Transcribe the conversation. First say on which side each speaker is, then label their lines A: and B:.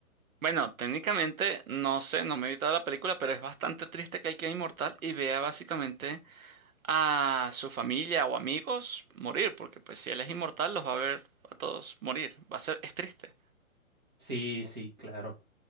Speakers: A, on the right (about 70°); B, on the right (about 30°).
A: Bueno, técnicamente no sé, no me he evitado la película, pero es bastante triste que él quede inmortal y vea básicamente a su familia o amigos morir, porque pues si él es inmortal los va a ver a todos morir. Va a ser, es triste,
B: Sí, sí, claro.